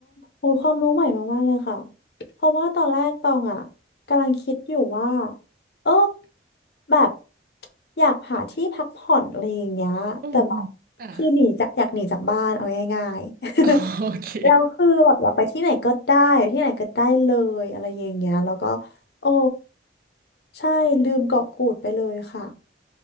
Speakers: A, on the left; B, on the right.
A: โอ้ยความรู้ใหม่มากๆเลยค่ะเพราะว่าตอนแรกตองอ่ะกำลังคิดอยู่ว่าเออแบบอยากหาที่พักผ่อนอะไรอย่างเงี้ยแต่แบบคือหนีจากอยากหนีจากบ้านเอาง่าย
B: อืมอืมค่ะ <laughs> โอเค
A: ๆ <laughs> แล้วคือแบบอยากไปที่ไหนก็ได้อยู่ที่ไหนก็ได้เลยอะไรอย่างเงี้ยแล้วก็โอ้ใช่ลืมเกาะกูดไปเลยค่ะ